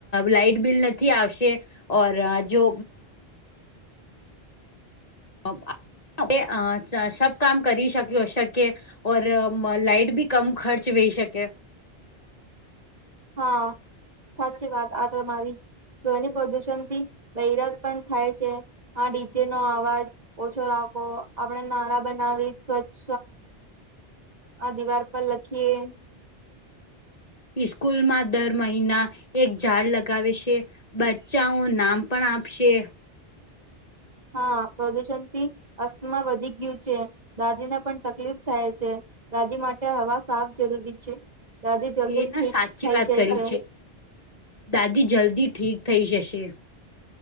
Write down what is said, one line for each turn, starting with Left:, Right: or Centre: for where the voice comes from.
Left: લાાઈટ બિલ નથી આવશે ઓર જો સબ કામ કરી શકયો શકે. ઓર લાઈટ ભી કમ ખર્ચ વેહી શકે.
Right: હા સાચી વાત આ તો મારી. ધ્વનિ પ્રદુષણથી બૈરાત પણ થાય છે આ ડીચેનો અવાજ. ઓછો રાખવો આપણે નારા બનાવી સ્વચ્છ આ દિવાર પર લખીએ.
Left: ઇસ્કૂલમાં દર મહિના એક ઝાડ લગાવે છે. બચ્ચાઓ નામ પણ આપશે.
Right: હા પ્રદુષણ થી અસમા વધી ગયું છે દાદીને પણ તકલીફ થાય છે. દાદી માટે હવા સાફ જરૂરી છે દાદી જલ્દી
Left: એ
Right: ઠીક
Left: ના સાચી
Right: થઈ
Left: વાત
Right: જાય
Left: કરી
Right: છે.
Left: દાદી જલ્દી ઠીક થઈ જશે.